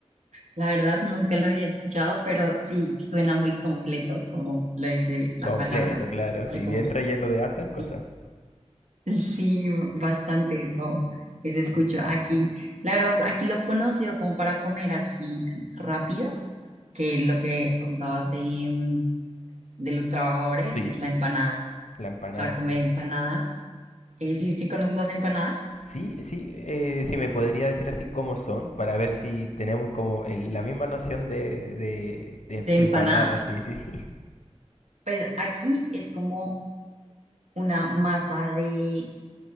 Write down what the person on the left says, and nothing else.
completo,
claro,
sí, bien relleno de hartas cosas.
Sí,
la empanada
sí.
Sí, sí, eh, si me podría decir así cómo son, para ver si tenemos como el- la misma noción de, de, de
empanada,
sí, sí.